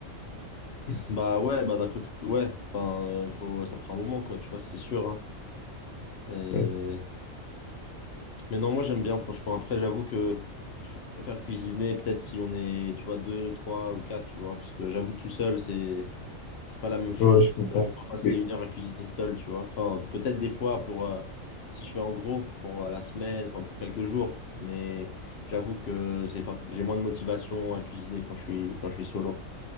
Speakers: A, on the left (about 55°); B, on the left (about 75°).
A: Bah ouais, bah d'un côté, ouais, enfin, euh, faut, ça prend un moment, quoi, tu vois, c'est sûr, hein. Et
B: Ouais,
A: Mais non, moi j'aime bien franchement. Après, j'avoue que je préfère cuisiner peut-être si on est, tu vois, deux, trois ou quatre, tu vois, parce que j'avoue tout seul, c'est c'est pas la même chose.
B: Ouais, je comprends.
A: Tu vois, je vais pas passer
B: Mais
A: une heure à cuisiner seul, tu vois. Enfin, peut-être des fois pour euh, si je fais en gros pour euh, la semaine, enfin pour quelques jours, mais j'avoue que c'est pas j'ai moins de motivation à cuisiner quand je suis quand je suis solo.